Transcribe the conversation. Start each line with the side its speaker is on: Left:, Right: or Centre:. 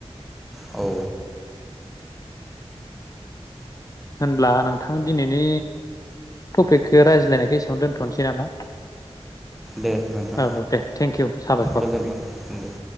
Centre: औ
Left: होनब्ला नोंथां दिनैनि टपिकखौ रायज्लायनायखो एसेबावनो दोन्थ'नोसै नामा।
Centre: दे नोंथां
Left: औ दे थेंक इउ साबायखर
Centre: गोजोनथों दे।